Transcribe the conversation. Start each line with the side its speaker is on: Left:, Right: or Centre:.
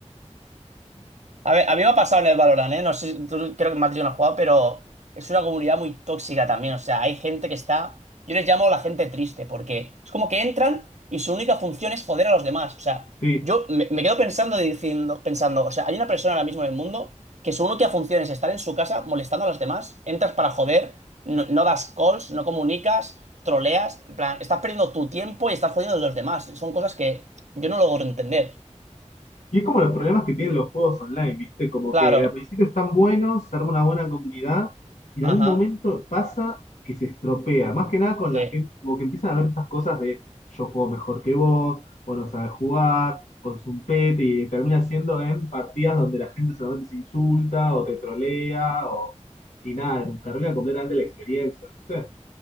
Right: A ver, a mí me ha pasado en el Valorant, ¿eh? No sé, tú creo que más yo no has jugado, pero es una comunidad muy tóxica también. O sea, hay gente que está. Yo les llamo la gente triste, porque es como que entran y su única función es joder a los demás. O sea,
Left: sí
Right: yo me, me quedo pensando diciendo, pensando, o sea, hay una persona ahora mismo en el mundo que su única función es estar en su casa molestando a los demás. Entras para joder, no, no das calls, no comunicas, troleas. En plan, estás perdiendo tu tiempo y estás jodiendo a los demás. Son cosas que yo no logro entender.
Left: Y es como los problemas que tienen los juegos online, ¿viste? Como
Right: Claro.
Left: que al principio están buenos, se arma una buena comunidad, y en
Right: Ajá.
Left: algún momento pasa que se estropea. Más que nada con
Right: Sí.
Left: la gente, como que empiezan a ver estas cosas de yo juego mejor que vos, vos no sabes jugar, vos sos un pete, y termina siendo en partidas donde la gente solamente se insulta o te trolea, o, y nada, como que arruina completamente la experiencia, ¿viste?